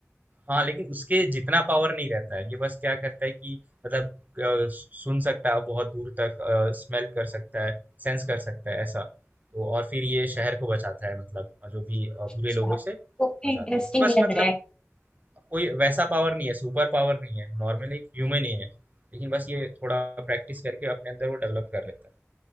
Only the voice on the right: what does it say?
हाँ लेकिन उसके जितना पावर नहीं रहता है ये बस क्या करता है कि मतलब अ, सुन सकता है बहुत दूर तक स्मेल कर सकता है सेंस कर सकता है ऐसा तो और फिर ये शहर को बचाता है मतलब जो भी अ,
बुरे लोगों से
बचाता
है इसके पास
मतलब
कोई वैसा पावर नहीं है सुपर पावर नहीं है नॉर्मली एक ह्यूमन ही है लेकिन बस ये थोड़ा प्रैक्टिस करके अपने अंदर वो डेवलप कर लेता है